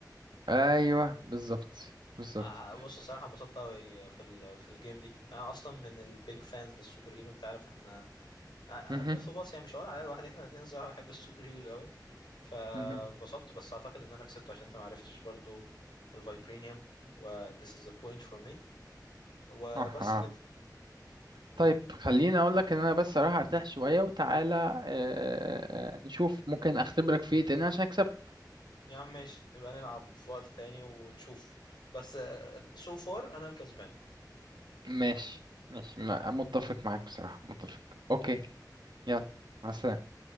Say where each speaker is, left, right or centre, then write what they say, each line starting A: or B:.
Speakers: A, on the right (about 80°); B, on the left (about 85°).
A: ايوه بالظبط بالظبط
B: آه، بص الصراحة انبسطت أوي في ال في الجيم دي أنا أصلا من البيج فانز للسوبر هيرو أنت عارف احنا
A: مهم،
B: بوث اوف اس يعني مش هقول عليها لوحدي احنا الاتنين الصراحة بنحب السوبر هيروز أوي فبسطت
A: مهم.
B: بس أعتقد إن أنا كسبت عشان أنت معرفتش برضو الفايبرينيوم و this is the point for me وبس
A: اه اه
B: كده
A: طيب خليني اقول لك ان انا بس اروح ارتاح شوية وتعالى آه، نشوف ممكن اختبرك في ايه تاني عشان اكسبك
B: يا عم ماشي نبقى نلعب في وقت تاني ونشوف بس آه، so far أنا الكسبان
A: ماشي ماشي م- متفق معاك بصراحة متفق اوكي يلا مع السلامة